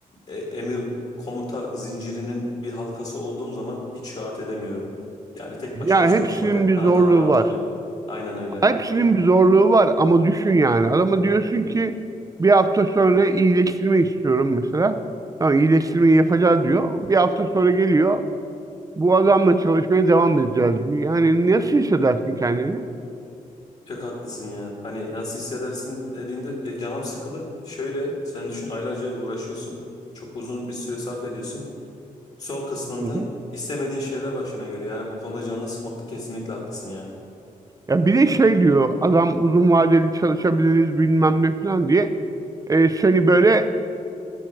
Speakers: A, on the left; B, on the right.
A: e, emir komuta zincirinin bir halkası olduğum zaman hiç rahat edemiyorum. Yani tek
B: Ya
A: başıma çalışmak
B: hepsinin
A: hep
B: bir
A: bana
B: zorluğu
A: daha rahat
B: var.
A: oluyor. Aynen öyle.
B: Hepsinin bir zorluğu var ama düşün yani. Adama diyorsun ki bir hafta sonra iyileştirme istiyorum mesela. Tamam iyileştirmeyi yapacağız diyor. Bir hafta sonra geliyor. Bu adamla çalışmaya devam edeceğiz diyor. Yani nasıl hissedersin kendini?
A: Çok haklısın ya. Hani nasıl hissedersin dediğinde ya canım sıkılır. Şöyle sen düşün aylarca uğraşıyorsun. Çok uzun bir süre sarf ediyorsun. Son kısmında
B: Hı hı.
A: istemediğin şeyler başına geliyor. Yani bu konuda canını sıkmakta kesinlikle haklısın ya.
B: Ya bir de şey diyor adam uzun vadeli çalışabiliriz bilmem ne falan diye. E, seni böyle